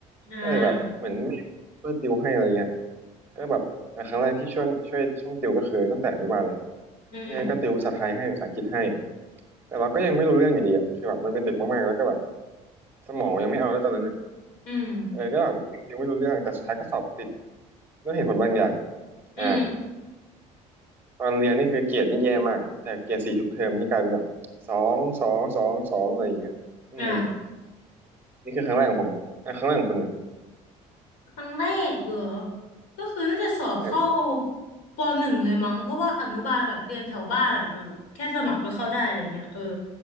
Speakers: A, on the left; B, on the right.
A: อ่า
B: ก็เลยแบบเหมือนไม่ช่วยติวให้อะไรเงี้ยก็แบบอ่ะครั้งแรกที่ช่วยช่วยช่วงติวก็คือตั้งแต่อนุบาลเลย
A: อืมอืม
B: แม่ก็ติวภาษาไทยให้ภาษาอังกฤษให้แต่เราก็ยังไม่รู้เรื่องอยู่ดีอ่ะคือแบบมันเป็นเด็กมากๆแล้วก็แบบสมองยังไม่เอาแล้วตอนนั้นอะ
A: อืม
B: เออก็แบบยังติวไม่รู้เรื่องแต่สุดท้ายก็สอบติดด้วยเหตุผลบางอย่าง
A: อืมอืม
B: อ่า ตอนเรียนนี่คือเกรดนี่แย่มากอะแต่เกรดสี่ทุกเทอมนี่กลายเป็นแบบสองสองสองสองอะไรอย่างเงี้ยอืม
A: อ่า
B: นี่คือครั้งแรกของผมอ่ะครั้งแรกของคุณอ่ะ
A: ครั้งแรกเหรอ ก็คือน่าจะสอบเข้า
B: เออ
A: ปหนึ่งเลยมั้ง เพราะว่าอนุบาลแบบเรียนแถวบ้านอ่ะแบบแค่สมัครก็เข้าได้อะไรเงี้ยเออ